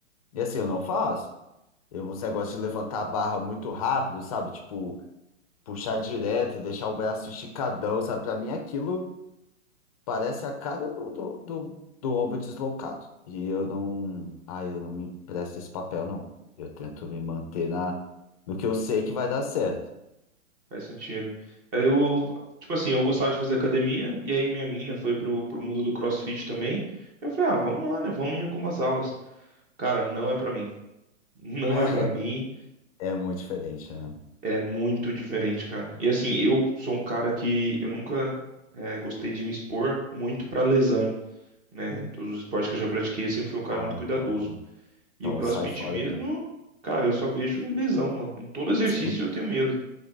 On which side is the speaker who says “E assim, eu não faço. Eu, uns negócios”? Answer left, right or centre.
Left